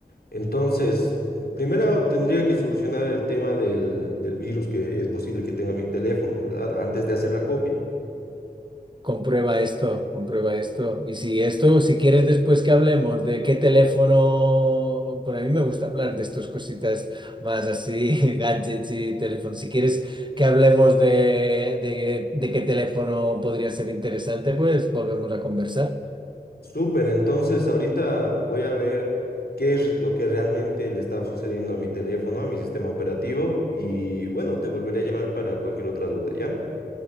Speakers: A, on the left; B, on the right.
A: Entonces, primero tendría que solucionar el tema del, del virus que es posible que tenga mi teléfono, ¿verdad? Antes de hacer la copia.
B: Comprueba esto, comprueba esto. Y si esto, si quieres después que hablemos de qué teléfono, por a mí me gusta hablar de estas cositas más así, <laughs> gadgets y teléfonos. Si quieres que hablemos de, de, de qué teléfono podría ser interesante, pues volvemos a conversar.
A: Súper, entonces ahorita voy a ver qué es lo que realmente le está sucediendo a mi teléfono, a mi sistema operativo y bueno, te volveré a llamar para cualquier otra duda, ¿ya?